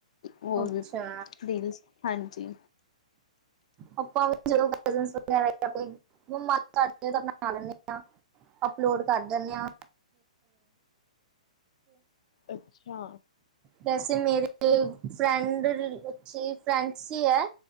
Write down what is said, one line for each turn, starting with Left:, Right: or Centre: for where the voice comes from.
Left: ਹੋਰ
Right: ਅੱਛਾ
Left: ਵੀ ਰੀਲਸ, ਹਾਂਜੀ
Right: ਆਪਾਂ ਵੀ ਜਦੋਂ ਆ ਜਾਂਦਾ ਕੋਈ <unintelligible> ਬਣਾ ਲੈਂਦੇ ਹਾਂ ਅਪਲੋਡ ਕਰ ਦਨ ਹਾ
Left: ਅੱਛਾ।
Right: ਜੈਸੇ ਮੇਰੇ ਫਰੈਂਡ ਵਿਚ, ਫਰੈਂਡਸ ਹੀ ਹੈ